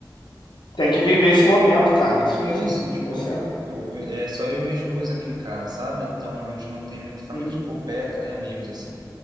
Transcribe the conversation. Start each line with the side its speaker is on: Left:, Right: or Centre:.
Left: Tem que viver esse momento, cara. Isso
Right: Isso,
Left: mesmo.
Right: tipo,
Left: Tá certo.
Right: pô, é é só eu e minha esposa aqui em casa, sabe? Então, a gente não tem muita família,
Left: Uhum.
Right: tipo, por perto, né, amigos, assim.